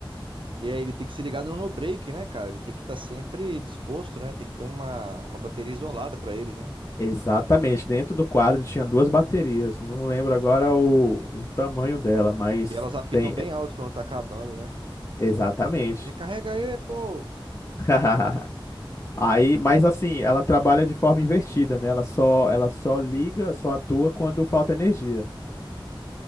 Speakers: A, on the right (about 65°); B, on the left (about 35°).
A: E aí ele tem que ser ligado no no break, né, cara? Ele tem que estar sempre disposto, né? Tem que ter uma, uma bateria isolada pra eles, né?
B: Exatamente, dentro do quadro tinha duas baterias, não lembro agora o, o tamanho dela, mas
A: E elas apitam
B: tem.
A: bem alto quando tá acabando, né?
B: Exatamente.
A: Recarrega aí, pô!
B: <laughs> Aí, mas assim, ela trabalha de forma invertida, né? Ela só, ela só liga, só atua quando falta energia.